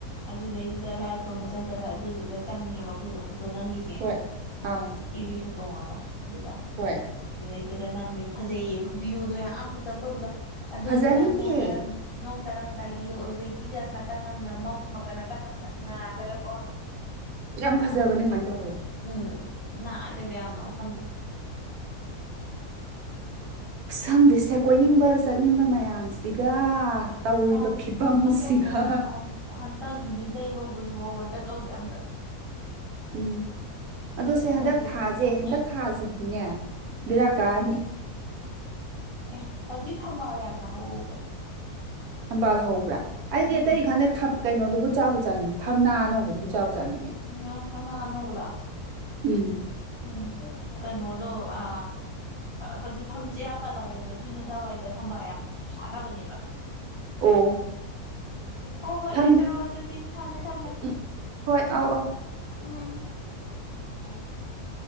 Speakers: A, on the left (about 40°); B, on the right (about 75°).
A: ꯑꯗꯨꯗꯩꯗꯨꯗ ꯂꯥꯏ ꯈꯨꯔꯨꯝꯕ ꯆꯠꯄꯗ ꯑꯗꯨꯗꯨꯗ ꯆꯪꯉꯦꯕ ꯑꯩꯈꯣꯏꯗꯣ ꯐꯣꯇꯣ ꯅꯝꯒꯤꯁꯦ__ ꯁꯦꯅ
B: ꯍꯣꯏ ꯑꯥ
A: ꯏ ꯔꯤꯛꯁꯣ ꯇꯣꯡꯉꯒ ꯑꯗꯨꯒ
B: ꯍꯣꯏ
A: ꯑꯗꯨꯗꯩꯗꯨꯗ ꯅꯝꯃꯦ ꯐꯖꯩꯌꯦꯕ ꯚ꯭ꯌꯨꯗꯣ ꯌꯥꯝ ꯐꯖꯕ ꯑꯣꯏꯕꯗꯣ ꯑꯗꯨꯗꯨꯅ
B: ꯐꯖꯅꯤꯌꯦ
A: ꯅꯣꯡ ꯇꯥꯔꯝ__ ꯅꯣꯡ ꯇꯥꯔꯝꯗꯥꯏꯒꯤꯒ ꯑꯣꯏꯕꯒꯤꯒ ꯅꯥꯀꯟ ꯑꯃꯅ ꯃꯝꯃꯒ ꯅꯥꯀꯟ ꯑꯃꯅ ꯉꯥꯜꯂꯒ ꯀꯣ
B: <inaudible> ꯐꯖꯕꯅꯦ
A: ꯅꯥꯜꯂꯦꯗꯥꯏ
B: ꯑꯗꯨꯃꯥꯏꯅ ꯇꯧꯕꯗꯣ
A: ꯎꯝ ꯅꯥꯜꯂꯦꯕ ꯌꯥꯝꯅ ꯃꯐꯝꯗꯣ
B: ꯑꯁ ꯈꯪꯗꯦ ꯁꯦ ꯀꯣꯏꯅꯤꯡꯕ ꯆꯠꯅꯤꯡꯕ ꯃꯌꯥꯝꯁꯤꯒ ꯇꯧꯔꯤꯕ
A: ꯃꯥꯅꯤ
B: ꯐꯤꯕꯝꯁꯤꯒ
A: ꯍꯟꯗꯛ ꯁꯟ ꯍꯟ ꯍꯟꯇꯛ ꯅꯨꯃꯤꯠ ꯂꯩ ꯍꯧꯕꯗꯨ ꯐꯥꯎꯕ ꯆꯠꯍꯧꯗꯦ ꯃꯝꯇꯥ
B: ꯎꯝ ꯑꯗꯣ ꯁꯦ
A: ꯊꯃꯣꯏ
B: ꯍꯟꯗꯛ
A: ꯀꯩꯀꯥ
B: ꯊꯥꯁꯦ
A: ꯆꯥꯛꯄꯦ
B: ꯍꯟꯗꯛ ꯊꯥꯁꯤꯗꯤꯅꯦ
A: ꯎꯝ
B: ꯕꯦꯔꯥꯀꯥꯔꯅꯤ꯫
A: ꯑꯦ ꯍꯧꯖꯤꯛ ꯊꯝꯕꯥꯜ ꯌꯥꯝꯅ ꯍꯧꯕꯅꯦ꯫
B: ꯊꯝꯕꯥꯜ ꯍꯧꯕ꯭ꯔꯥ ꯑꯩꯗꯤ
A: ꯎꯝ
B: ꯑꯇꯩ ꯈꯥꯟꯗ ꯀꯩꯅꯣꯗꯨꯕꯨ ꯆꯥꯕ ꯆꯥꯅꯤꯡꯏꯤ ꯊꯝꯅꯥ ꯑꯅꯧꯕꯗꯨꯕꯨ ꯆꯥꯕ ꯆꯥꯅꯤꯡꯉꯏ꯫
A: ꯎꯝ ꯊꯝꯅꯥ ꯊꯝꯅ ꯑꯅꯥꯑꯣꯕ
B: ꯎꯝ
A: ꯗꯝ ꯀꯩꯅꯣꯗꯣ ꯑ ꯍꯧꯖꯤꯛ ꯊꯝꯁꯦꯠ ꯌꯥꯝ ꯄꯍꯧꯔꯦꯕ ꯖꯨꯅꯗꯥꯋꯥꯏꯗ ꯊꯝꯕꯥꯜ ꯌꯥꯝ ꯁꯥꯟꯅꯕꯅꯦꯕ <inaudible>
B: ꯑꯣ
A: ꯍꯣꯏ ꯍꯣꯏ
B: ꯊꯝ
A: ꯂꯩꯖꯔꯣꯑꯣ ꯑꯗꯨꯗꯤ ꯊꯝꯃꯦ ꯊꯝꯃꯦ
B: ꯎꯝ ꯍꯣꯏ ꯑꯧ ꯑꯧ
A: ꯎꯝ <unintelligible> <inaudible>